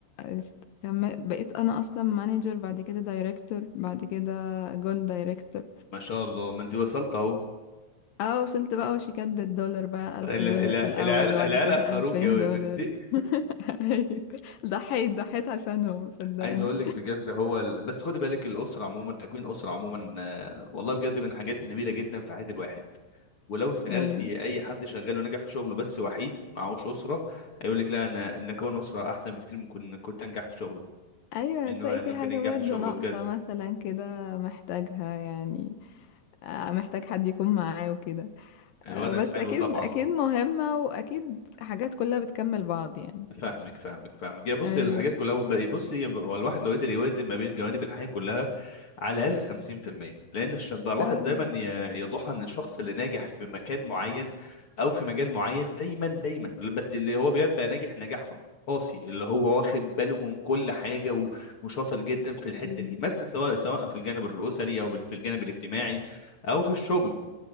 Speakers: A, on the left; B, on the left.
A: است- كم- بقيت انا اصلا مانجر بعد كده دايركتور بعد كده جول دايركتور
B: ما شاء الله ما انت وصلت اهو
A: اه وصلت بقى وشيكات بالدولار بقى ألف
B: ال-
A: دولار
B: ال-
A: في الأول
B: العيال
A: وبعد
B: العيال
A: كده
B: اخروك
A: ألفين
B: قوي
A: دولار
B: يا بنتي
A: <laughs> أيوة. ضحيت ضحيت عشانهم صدقني
B: عايز اقول لك بجد هو ال... بس خدي بالك الاسره عموما تكوين اسره عموما آه، والله بجد من الحاجات النبيله جدا في حياه الواحد ولو سالتي
A: أيوة
B: اي حد شغال ونجح في شغله بس وحيد معهوش اسره هيقول لك لا انا ان اكون اسره احسن بكتير من كن- كنت انجح في شغله
A: أيوة
B: انه
A: هتلاقي
B: انه
A: في حاجة
B: كان ينجح
A: برضو
B: في شغله
A: ناقصة
B: بجد
A: مثلا كده محتاجها يعني آه، محتاج حد يكون معاه وكده
B: الونس
A: آه، بس
B: حلو
A: أكيد
B: طبعا
A: أكيد مهمة وأكيد حاجات كلها بتكمل بعض يعني
B: فاهمك فاهمك فاهمك يا بص
A: أيوة
B: الحاجات كلها بقى- بص هي هو الواحد لو قدر يوازن ما بين جوانب الحياه كلها على الاقل 50% لان الش- بلاحظ
A: آه.
B: دايما يا يا ضحى ان الشخص اللي ناجح في مكان معين او في مجال معين دايما دايما بس اللي هو بيبقى ناجح نجاح قاسي اللي هو واخد باله من كل حاجه و- وشاطر جدا في الحته
A: أيوة.
B: دي مثلا سواء سواء في الجانب الاسري او في الجانب الاجتماعي او في الشغل